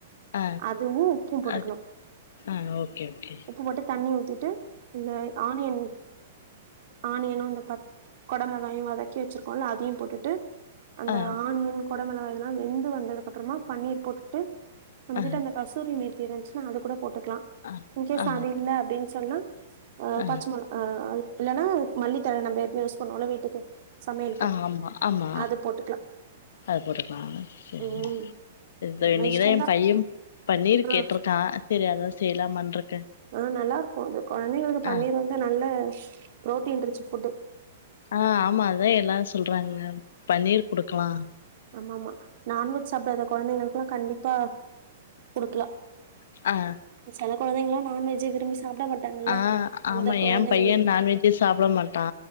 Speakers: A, on the left (about 70°); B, on the right (about 50°).
A: ஆ
B: அதுவும் உப்பும் போட்டுக்கணும்
A: அது ஆ ஓகே ஓகே
B: உப்பு போட்டு தண்ணி ஊத்திட்டு இந்த ஆனியன் ஆனியனும் வந்து பத் குடம்புகாயும் வதக் க்கி வச்சிருக்கோம்ல்ல அதையும் போட்டுட்டு அந்த
A: ஆ
B: ஆனியன் கொட <unintelligible> மெளகாய் இதெல்லாம் வெந்து வந்ததுக்கப்பறமா பன்னீர் போட்டுட்டு நமக்கிட்ட
A: ஆ ஆ
B: இந்த கசூரி மேத் தி இருந்துச்சுனா அது கூட போட் டுக்லா
A: ஆ
B: இன்கேஸ்
A: ஆ
B: அது இல்ல அப்டின் சொன்னா அ
A: ஆ
B: பச்ச மொள ஆ அ இல்லனா மல்லித்தழ நம்ப எப்பயு யூஸ் பண்ணுவோல்ல வீட் துக்கு சமையலுக்கு
A: ஆ ஆமா ஆமா
B: அத போட்
A: அது போட்டுக்லா சேரி
B: ம்
A: தோ
B: நம்ம
A: இன்னக்கிதா
B: இஷ்டந்தா
A: ஏம் பையம் பன்னீர்
B: ஆ
A: கேட்ருக்கா சேரி அதா செய்லாமான்ருக்
B: ஆ நல்லாருக்கு அது கொழந்தைகளுக்கு பன்னீர்
A: ஆ
B: வந்து நல்ல ப்ரோட்டீன் ரிச்சு ஃபுட்டு
A: ஆ ஆமா அதா எல்லாரு சொல்றாங்க பன்னீர் குடுக்கலா
B: ஆமாமா நான்வெஜ் சாப்டாத கொழந்தைங்களுக்குல்லா கண்டிப்பா குடுக்கலா
A: அ
B: செல கொழந்தைங்களா நான் வெஜ்ஜே விரும்பி சாப்ட மாட்டாங்கல்ல
A: ஆ
B: அந்த
A: ஆமா
B: கொழந்தைங்களுக்
A: என் பைய நான்வெஜ்ஜே சாப்பிட மாட்டா